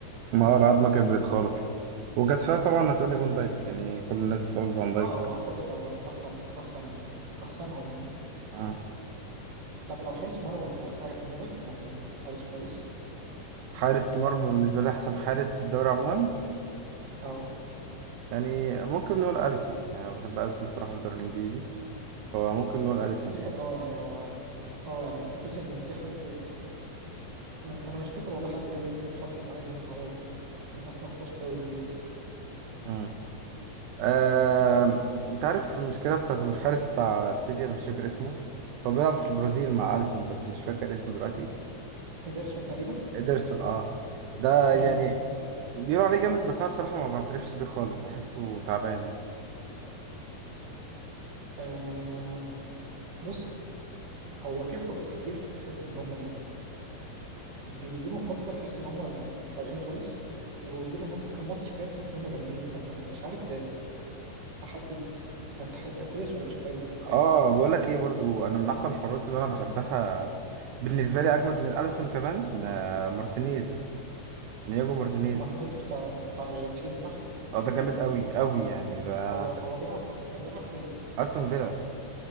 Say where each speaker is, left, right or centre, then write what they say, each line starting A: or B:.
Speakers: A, on the right; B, on the right.
A: ما هو العظمه كبرت خالص وكانت فيها طبعا هتقولي فان دايك يعني كل الناس بتقول فان دايك
B: اه هو اعتقد هو احسن احسن احسنهم يعني
A: آه.
B: طب لو حارس مرمى انت في حاجه في دماغك ممكن حارس كويس
A: حارس مرمى بالنسبة لي أحسن حارس في الدوري عموما
B: اه
A: يعني ممكن نقول أليسون يعني أنا بحب أليسون بصراحة في الدوري الإنجليزي فممكن نقول أليسون
B: فاكر
A: يعني
B: اه يعني هو اه يعني ما افتكرش ان في حد ما انا مش فاكر والله حد تاني ممكن يتحط معاه يعني ان هو يكون من احسن الحراس في الدوري الانجليزي
A: مم. آه، أنت عارف المشكلة بتاعت الحارس بتاع السيتي أنا مش فاكر اسمه بس هو بيلعب في البرازيل
B: يعني
A: مع أليسون بس مش فاكر اسمه دلوقتي
B: ادرسون تقريبا
A: إيدرسون أه ده
B: مم.
A: يعني بيقولوا عليه جامد بس أنا بصراحة ما بعترفش بيه خالص بحسه تعبان
B: آه بص هو في حراس كتير تحس ان هم إيه، بيجي لهم فتره تحس ان هم ضايعين خالص ويجي لهم مثلا كام ماتش كده تحس ان هم جامدين فانت ما تبقاش عارف ت- تحدد انت انت كويس ولا مش كويس فاهم
A: اه بقول لك ايه برضو انا من احسن الحراس اللي انا بحبها بالنسبه لي اجمد من اليسون كمان لا، مارتينيز نياجو مارتينيز
B: مارتينيز بتاع بتاع ارجنتين صح
A: اه ده جامد قوي قوي يعني ده
B: هو هو بيلعب كان بيلعب فين
A: استون فيلا